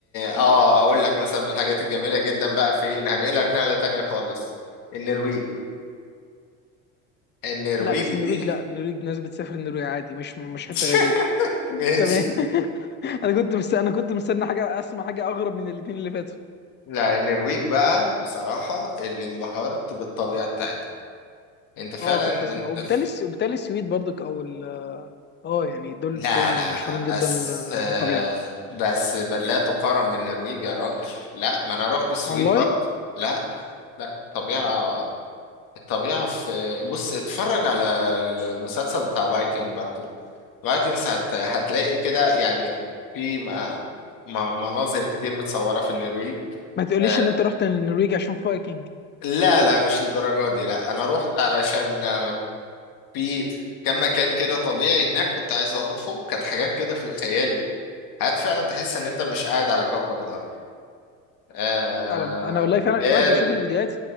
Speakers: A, on the left; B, on the left.
A: اه اقول لك مثلا من الحاجات الجميله جدا بقى فين هنقلك نقله تانية خالص النرويج النرويج
B: لا بس
A: دي
B: النرويج لا النرويج ناس بتسافر النرويج عادي مش مش
A: <laughs>
B: حته غريبه
A: ماشي
B: تمام <laughs> انا كنت مست... انا كنت مستني حاجه اسمع حاجه اغرب من الاثنين اللي فاتوا
A: لا النرويج بقى بصراحه اللي انبهرت بالطبيعه بتاعتها انت فعلا
B: اه كنت
A: وانت
B: اسمع وبالتالي
A: في
B: الس- وبالتالي السويد برضك او ال... اه يعني دول
A: لا
B: بالتالي
A: لا
B: مشهورين
A: بس
B: جدا
A: آه
B: آه، بالطبيعه
A: بس لا تقارن بالنرويج يا راجل لا ما انا رحت السويد
B: والله
A: برضه لا لا طبيعه الطبيعة في بص اتفرج على المسلسل بتاع فايكنج برضو فايكنجز هت... هتلاقي كده يعني في م... م... مناظر كتير متصورة في النرويج
B: ما تقوليش
A: آه،
B: ان انت رحت النرويج عشان فايكنج
A: لا لا مش للدرجة دي لا أنا روحت علشان آه، في كم مكان كده طبيعي هناك كنت عايز أروحه كانت حاجات كده في الخيال حاجات فعلا تحس إن أنت مش قاعد على كوكب الأرض آه،
B: فعلا انا والله فعلا
A: جبال
B: الواحد بيشوف الفيديوهات